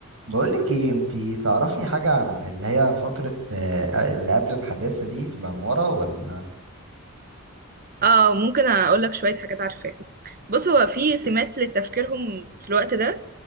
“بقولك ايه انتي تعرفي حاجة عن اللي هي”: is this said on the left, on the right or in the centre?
Right